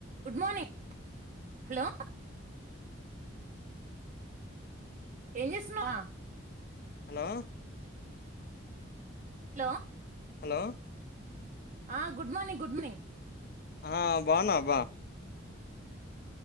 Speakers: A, on the right (about 35°); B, on the left (about 50°).
A: Good morning hello ఏం చేస్తున్నావా
B: hello
A: hello
B: hello
A: ఆ గుడ్ మార్నింగ్ గుడ్మినింగ్
B: ఆ బావున్నవ బా